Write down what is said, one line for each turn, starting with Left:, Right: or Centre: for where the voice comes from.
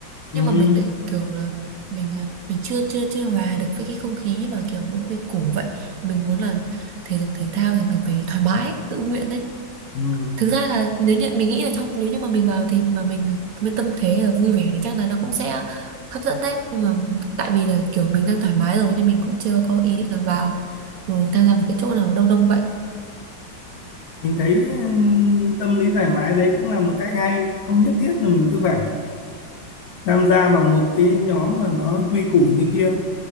Left: ừ.
Right: nhưng mà mình lại kiểu là mình là- mình chưa chưa chưa hòa được với cái không khí mà kiểu nó quy củ vậy mình muốn là thể dục thể thao thì mình phải thoải mái tự nguyện đấy
Left: Ừ.
Right: thực ra là nếu như mình nghĩ là trong nếu như mà mình vào thì mà mình với tâm thế là vui vẻ thì chắc là nó cũng sẽ hấp dẫn đấy nhưng mà tại vì là kiểu mình đang thoải mái rồi nên mình cũng chưa có ý định là vào ừ, tham gia một cái chỗ nào đông đông vậy
Left: mình thấy ừm, tâm lý thoải mái đấy cũng là một cách hay không nhất thiết là mình cứ phải tham gia vào một cái nhóm mà nó quy củ như kia